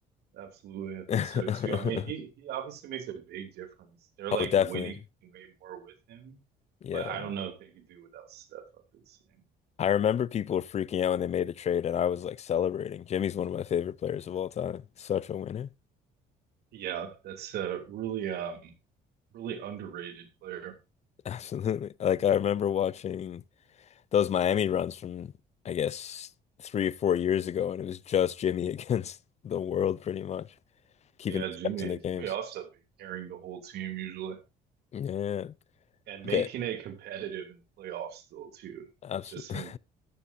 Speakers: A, on the right (about 70°); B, on the left (about 40°).
A: Absolutely, I think
B: <laughs>
A: so too. I mean, he he obviously makes a big difference. They're
B: Oh,
A: like
B: definitely.
A: winning way more with him,
B: Yeah.
A: but I don't know if they could do without Steph up to the same.
B: I remember people were freaking out when they made the trade, and I was like celebrating. Jimmy's one of my favorite players of all time. Such a winner.
A: Yeah, that's a really um really underrated player.
B: <laughs> Absolutely. Like, I remember watching those Miami runs from, I guess, three or four years ago, and it was just Jimmy <laughs> against the world, pretty much, keeping
A: Yeah,
B: those
A: Jimmy
B: guys in the
A: Jimmy
B: games.
A: also be carrying the whole team usually
B: Yeah.
A: and making
B: Okay.
A: it competitive in the playoffs still too
B: Absolutely.
A: with just him.